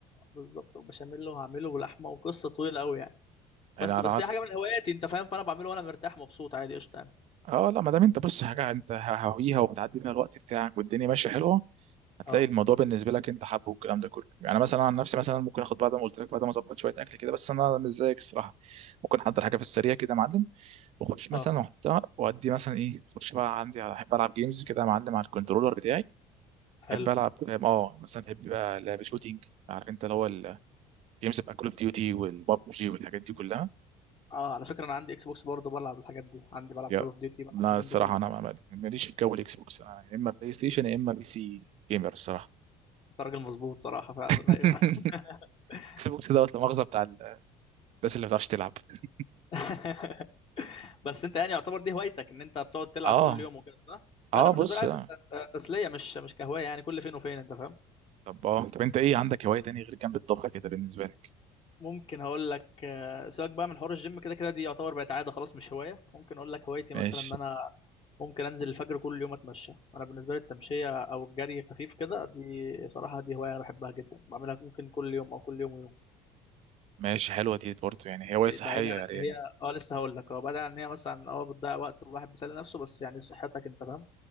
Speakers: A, on the left (about 40°); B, on the right (about 50°).
A: بالظبط وبشاميل وهعمله بلحمه وقصه طويله قوي يعني
B: يعني
A: بس
B: أنا
A: بس
B: عايز
A: هي حاجه من هواياتي انت فاهم فانا بعمله وانا مرتاح مبسوط عادي قشطه يعني
B: اه لا ما دام انت بص حاجة انت هاويها وبتعدي بيها الوقت بتاعك والدنيا ماشية حلوة هتلاقي
A: اه
B: الموضوع بالنسبة لك انت حابه والكلام ده كله يعني مثلا عن نفسي مثلا ممكن اخد بعد ما قلت لك بعد ما اظبط شوية أكل كده بس أنا مش زيك الصراحة ممكن احضر حاجة في السريع كده يا معلم واخش مثلا
A: اه
B: واحطها وادي مثلا ايه اخش بقى عندي على احب العب جيمز كده يا معلم على الكنترولر بتاعي
A: حلو
B: احب العب فاهم؟ اه مثلا بحب بقى لعب شوتينج عارف انت اللي هو الجيمز بقى كول اوف ديوتي والبابجي والحاجات دي كلها
A: اه على فكره انا عندي اكس بوكس برضه بلعب الحاجات دي عندي بلعب
B: يا
A: كول اوف ديوتي بلعب
B: لا
A: الحاجات
B: الصراحه
A: دي كلها
B: انا ما- ما- ماليش في جو الاكس بوكس انا يا اما بلاي ستيشن يا اما بي سي جيمر الصراحه
A: انت راجل مظبوط صراحه فعلا
B: <laughs>
A: ايوه <laughs>
B: اكس بوكس دوت لا مؤاخذه بتاع ال- الناس اللي ما بتعرفش تلعب <laughs>
A: <laughs> بس انت يعني يعتبر دي هوايتك ان انت بتقعد تلعب
B: اه
A: كل يوم وكده صح؟ لا
B: اه
A: انا بالنسبه
B: بص
A: لي عادي
B: آه.
A: ت- تسليه مش مش كهوايه يعني كل فين وفين انت فاهم
B: طب اه طب انت ايه عندك هوايه تانية غير جنب الطبخ كده بالنسبه لك
A: ممكن هقول لك آه، سيبك بقى من حوار الجيم كده كده دي يعتبر بقت عاده خلاص مش هوايه ممكن اقول لك هوايتي مثلا
B: ماشي
A: ان انا ممكن انزل الفجر كل يوم اتمشى انا بالنسبه لي التمشيه او الجري خفيف كده دي صراحه دي هوايه انا بحبها جدا بعملها ممكن كل يوم او كل يوم ويوم
B: ماشي حلوه دي برضه يعني هوايه صحيه
A: بعيدا عن
B: يعني
A: ان هي اه لسه هقول لك اه بعيدا عن ان هي مثلا اه بتضيع وقت والواحد بيسلي نفسه بس يعني صحتك انت فاهم